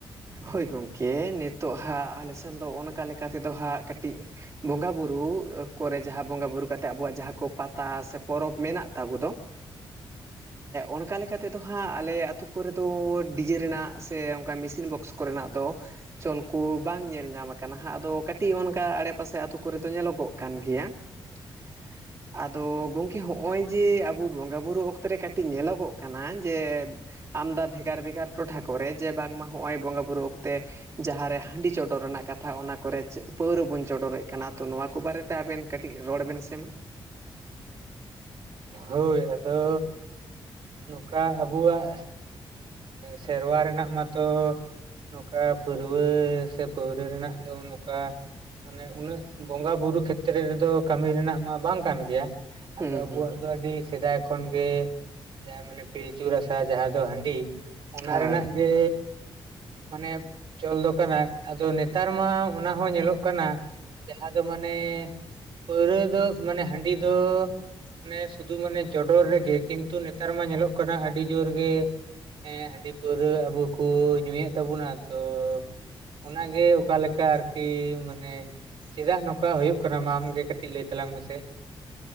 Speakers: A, on the right; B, on the right.
A: ᱦᱳᱭ ᱜᱚᱢᱠᱮ ᱱᱤᱛᱚᱜ ᱦᱟᱸᱜ ᱟᱞᱮ ᱥᱮᱱ ᱫᱚ ᱚᱱᱠᱟ ᱞᱮᱠᱟ ᱛᱮᱫᱚ ᱦᱟᱸᱜ ᱠᱟᱹᱴᱤᱡ ᱵᱚᱸᱜᱟ ᱵᱩᱨᱩ ᱠᱚᱨᱮ ᱡᱟᱦᱟᱸ ᱵᱚᱸᱜᱟᱼ ᱵᱩᱨᱩ ᱠᱟᱛᱮᱫ ᱟᱵᱚᱣᱟᱜ ᱡᱟᱦᱟᱸ ᱠᱚ ᱯᱟᱛᱟ ᱥᱮ ᱯᱚᱨᱚᱵᱽ ᱢᱮᱱᱟᱜ ᱛᱟᱵᱚ ᱫᱚ <unintelligible> ᱚᱱᱠᱟ ᱞᱮᱠᱟ ᱛᱮᱫᱚ ᱦᱟᱸᱜ ᱟᱞᱮ ᱟᱛᱳ ᱠᱚᱨᱮ ᱫᱚ ᱰᱤᱡᱮ ᱨᱮᱱᱟᱜ ᱥᱮ ᱚᱱᱠᱟ ᱢᱮᱥᱤᱱ ᱵᱚᱠᱥ ᱠᱚᱨᱮᱱᱟᱜ ᱫᱚ ᱪᱚᱞ ᱠᱚ ᱵᱟᱝ ᱧᱮᱞ ᱧᱟᱢ ᱟᱠᱟᱱᱟ ᱦᱟᱸᱜ ᱟᱫᱚ ᱠᱟᱹᱴᱤᱡ ᱚᱱᱠᱟ ᱟᱲᱮ ᱯᱟᱥᱮ ᱟᱛᱳ ᱠᱚᱨᱮ ᱫᱚ ᱧᱮᱞᱚᱜᱚᱜ ᱠᱟᱱ ᱜᱮᱭᱟ <unintelligible> ᱟᱫᱚ ᱜᱚᱢᱠᱮ ᱦᱚᱜ ᱚᱭ ᱡᱮ ᱟᱵᱚ ᱵᱚᱸᱜᱟ ᱵᱩᱨᱩ ᱚᱠᱛᱮ ᱨᱮ ᱠᱟᱹᱴᱤᱡ ᱧᱮᱞᱚᱜᱚᱜ ᱠᱟᱱᱟ ᱡᱮ ᱟᱢᱫᱟ ᱵᱷᱮᱜᱟᱨ ᱵᱷᱮᱜᱟᱨ ᱴᱚᱴᱷᱟ ᱠᱚᱨᱮ ᱡᱮ ᱵᱟᱝᱢᱟ ᱦᱚᱸᱜᱼᱚᱭ ᱵᱚᱸᱜᱟᱼᱵᱩᱨᱩ ᱚᱠᱛᱮ ᱡᱟᱦᱟᱸᱨᱮ ᱦᱟᱺᱰᱤ ᱪᱚᱰᱚᱨ ᱨᱮᱱᱟᱜ ᱠᱟᱛᱷᱟ ᱚᱱᱟ ᱠᱚᱨᱮ ᱪᱮᱜ ᱯᱟᱹᱣᱨᱟᱹ ᱵᱚᱱ ᱪᱚᱰᱚᱨᱮᱜ ᱠᱟᱱᱟ ᱛᱚ ᱱᱚᱣᱟ ᱠᱚ ᱵᱟᱨᱮᱛᱮ ᱛᱮ ᱟᱵᱮᱱ ᱠᱟᱹᱴᱤᱡ ᱨᱚᱲ ᱵᱮᱱ ᱥᱮᱢᱟ
B: ᱦᱳᱭ ᱟᱫᱚ ᱱᱚᱠᱟ ᱟᱵᱚᱣᱟᱜ ᱥᱮᱨᱣᱟ ᱨᱮᱱᱟᱜ ᱢᱟᱛᱚ ᱱᱚᱠᱟ ᱯᱟᱹᱨᱩᱣᱟᱹ ᱥᱮ ᱯᱟᱹᱣᱨᱟᱹ ᱨᱮᱱᱟᱜ ᱫᱚ ᱱᱚᱠᱟ ᱢᱟᱱᱮ ᱩᱱᱟᱹᱜ ᱵᱚᱸᱜᱟ ᱵᱩᱨᱩ ᱠᱷᱮᱛᱨᱮ ᱨᱮᱫᱚ ᱠᱟᱹᱢᱤ ᱨᱮᱱᱟᱜ ᱢᱟ ᱵᱟᱝ ᱠᱟᱱ ᱜᱮᱭᱟ
A: ᱦᱩᱸ
B: ᱟᱫᱚ ᱟᱵᱚᱣᱟᱜ
A: ᱦᱩᱸ
B: ᱫᱚ ᱟᱹᱰᱤ ᱥᱮᱫᱟᱭ ᱠᱷᱚᱱ ᱜᱮ ᱡᱟᱦᱟᱸ ᱢᱟᱱᱮ ᱯᱤᱞᱪᱩ ᱨᱟᱥᱟ ᱡᱟᱦᱟᱸ ᱫᱚ ᱦᱟᱺᱰᱤ ᱚᱱᱟ
A: ᱦᱳᱭ
B: ᱨᱮᱱᱟᱜ ᱜᱮ ᱢᱟᱱᱮ ᱪᱚᱞ ᱫᱚ ᱠᱟᱱᱟ ᱟᱫᱚ ᱱᱮᱛᱟᱨ ᱢᱟ ᱚᱱᱟ ᱦᱚᱸ ᱧᱮᱞᱚᱜ ᱠᱟᱱᱟ ᱡᱟᱦᱟᱸ ᱫᱚ ᱢᱟᱱᱮ ᱯᱟᱹᱣᱨᱟᱹ ᱫᱚ ᱢᱟᱱᱮ ᱦᱟᱺᱰᱤ ᱫᱚ ᱢᱟᱱᱮ ᱥᱩᱫᱷᱩ ᱢᱟᱱᱮ ᱪᱚᱰᱚᱨ ᱨᱮᱜᱮ ᱠᱤᱱᱛᱩ ᱱᱮᱛᱟᱨ ᱢᱟ ᱧᱮᱞᱚᱜ ᱠᱟᱱᱟ ᱟᱹᱰᱤ ᱡᱳᱨ ᱜᱮ ᱦᱮᱸ ᱦᱟᱺᱰᱤ ᱯᱟᱹᱣᱨᱟᱹ ᱟᱵᱚ ᱠᱚ ᱧᱩᱭᱮᱫ ᱛᱟᱵᱚᱱᱟ ᱛᱚ ᱚᱱᱟᱜᱮ ᱚᱠᱟᱞᱮᱠᱟ ᱟᱨᱠᱤ ᱢᱟᱱᱮ ᱪᱮᱫᱟᱜ ᱱᱚᱠᱟ ᱦᱩᱭᱩᱜ ᱠᱟᱱᱟ ᱢᱟ ᱟᱢᱜᱮ ᱠᱟᱹᱴᱤᱡ ᱞᱟᱹᱭ ᱛᱟᱞᱟᱝ ᱢᱮᱥᱮ